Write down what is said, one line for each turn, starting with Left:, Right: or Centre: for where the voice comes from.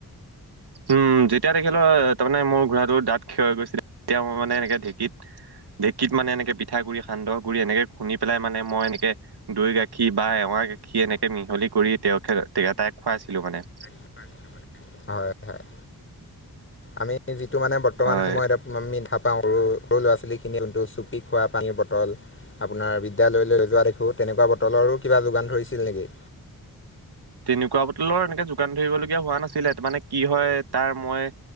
Right: উম যেতিয়া তেখেতৰ তাৰমানে মোৰ ঘোঁৰাটো দাঁত ক্ষয় হৈ গৈছিল তেতিয়া মই মানে এনেকে ঢেঁকীত ঢেঁকীত মানে এনেকে পিঠাগুৰি সান্দহগুৰি এনেকে খুন্দি পেলাই মানে মই এনেকে দৈ গাখীৰ বা এৱা গাখীৰ এনেকে মিহলি কৰি তেওঁ তাইক খুৱাইছিলো মানে
Left: <unintelligible> হয় হয় আমি যিটো মানে বৰ্তমান
Right: হয়
Left: সময়ত আমি পাওঁ সৰু সৰু ল'ৰা ছোৱালী খিনি চুপি খোৱা পানীৰ বটল আপোনাৰ বিদ্যালয়লৈ যোৱা দেখো তেনেকুৱা বটলৰো কিবা যোগান ধৰিছিল নেকি
Right: তেনেকুৱা বটলৰ এনেকে যোগান ধৰিবলগীয়া হোৱা নাছিলে তাৰ মানে কি হয় তাৰ মই